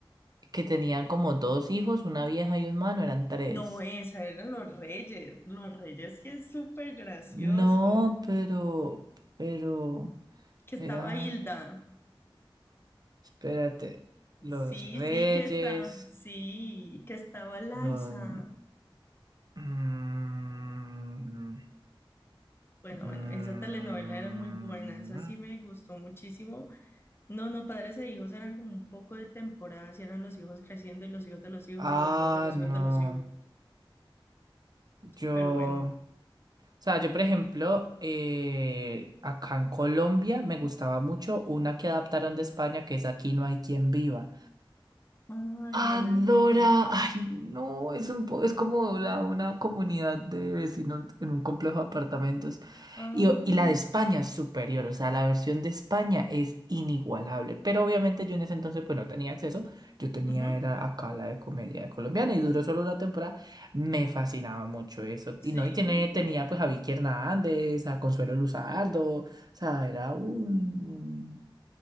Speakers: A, on the right (about 45°); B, on the left (about 25°).
A: que tenían como dos hijos, una vieja y un mano, eran tres.
B: No, esa eran Los Reyes, Los Reyes que es súper gracioso.
A: No, pero, pero,
B: Que
A: era,
B: estaba Hilda,
A: espérate, los
B: sí,
A: reyes,
B: sí, que está, sí, que estaba Liza.
A: los... mm,
B: Bueno,
A: mm,
B: bueno, esa telenovela era muy buena, esa sí me gustó muchísimo. No, no, padres e hijos eran como un poco de temporadas y eran los hijos creciendo y los hijos de los hijos
A: ah,
B: y los hijos de los
A: no,
B: hijos de los hijos.
A: yo...
B: Pero bueno.
A: O sea, yo, por ejemplo, eh, acá en Colombia me gustaba mucho una que adaptaron de España, que es Aquí no hay quien viva.
B: Ay,
A: Adora,
B: no la vi.
A: ay no, es un po- es como la, una comunidad de vecinos en un complejo de apartamentos.
B: Ah,
A: Y, o- y la de España es superior, o sea, la versión de España es inigualable. Pero obviamente yo en ese entonces pues no tenía acceso, yo tenía
B: ujú.
A: era acá la de comedia colombiana y duró solo una temporada. Me fascinaba mucho eso.
B: Sí.
A: Y no, y tiene, tenía pues a Vicky Hernández, a Consuelo Luzardo, o sea, era un, un,